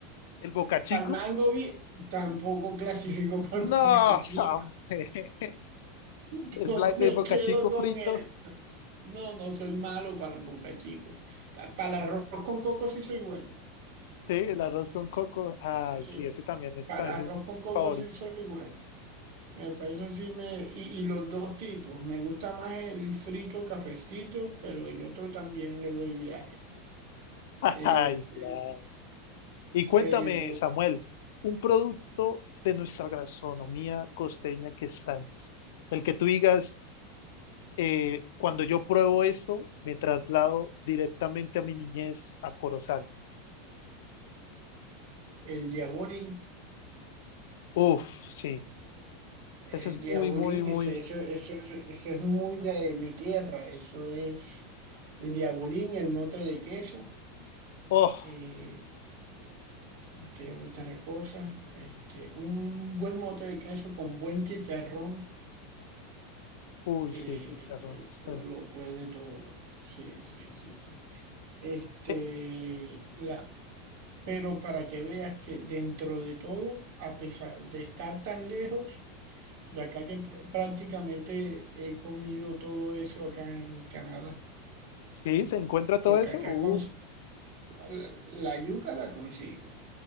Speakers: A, on the left; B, on the right.
A: el Boca Chico.
B: para el mango vi- tampoco clasifico <laughs> para
A: No,
B: el bocachico.
A: Samuel.
B: <laughs>
A: El, bla-
B: Me
A: el bocachico
B: quedo con
A: frito,
B: él. No, no soy malo para el bocachico. Ca- Para el arroz con coco sí soy bueno.
A: sí, el arroz con coco. Ay,
B: Sí,
A: sí, ese también, ese
B: para
A: también
B: el arroz
A: es mi
B: con coco
A: favorito.
B: sí soy bueno. Eh, Para eso sí me... Y, y los dos tipos. Me gusta más el frito cafecito, pero el otro también le doy viaje.
A: <laughs>
B: Eh,
A: Ay,
B: pe-
A: claro. Y cuéntame,
B: pero
A: Samuel, un producto de nuestra gastronomía costeña que extrañas. El que tú digas, eh, cuando yo pruebo esto, me traslado directamente a mi niñez a Corozal.
B: el diabolín,
A: Uf, sí,
B: el
A: ese es
B: diabolín,
A: muy, muy, muy.
B: ese, eso, eso, eso, eso es muy de mi tierra. Eso es el diabolín, el mote de queso.
A: Oh,
B: eh, ¿Qué otra cosa? Este, un buen mote de queso con buen chicharrón
A: uy,
B: eh,
A: sí, chicharrones.
B: eh, lo puede todo. Sí, sí, sí, sí. Este,
A: eh,
B: la, pero para que veas que dentro de todo, a pesar de estar tan lejos, yo acá que pr- prácticamente he comido todo eso acá en Canadá,
A: Sí, se encuentra
B: porque
A: todo eso.
B: acá
A: Uf,
B: cons- la la yuca la consigo.